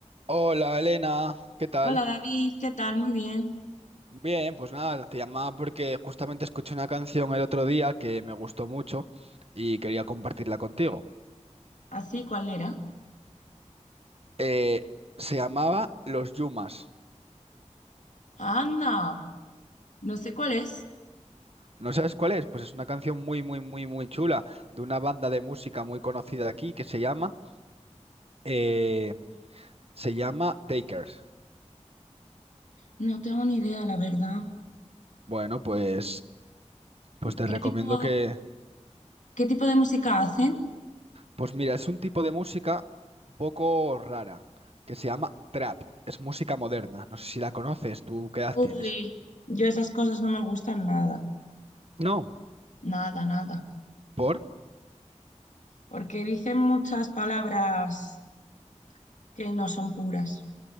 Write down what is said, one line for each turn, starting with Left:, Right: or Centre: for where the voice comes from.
Right: Hola Elena, ¿qué tal?
Left: Hola David, ¿qué tal? Muy bien.
Right: Bien, pues nada, te llamaba porque justamente escuché una canción el otro día que me gustó mucho y quería compartirla contigo.
Left: ¿Así cuál era?
Right: Eh, se llamaba Los Yumas.
Left: Anda, no sé cuál es.
Right: ¿No sabes cuál es? Pues es una canción muy, muy, muy, muy chula de una banda de música muy conocida aquí que se llama, eh, se llama Takers.
Left: No tengo ni idea, la verdad.
Right: Bueno, pues, pues te
Left: ¿Qué
Right: recomiendo
Left: tipo,
Right: que,
Left: qué tipo de música hacen?
Right: Pues mira, es un tipo de música un poco rara, que se llama trap. Es música moderna. No sé si la conoces, ¿tú qué edad
Left: Uy,
Right: tienes?
Left: yo esas cosas no me gustan nada,
Right: No,
Left: nada, nada.
Right: ¿por?
Left: Porque dicen muchas palabras que no son puras.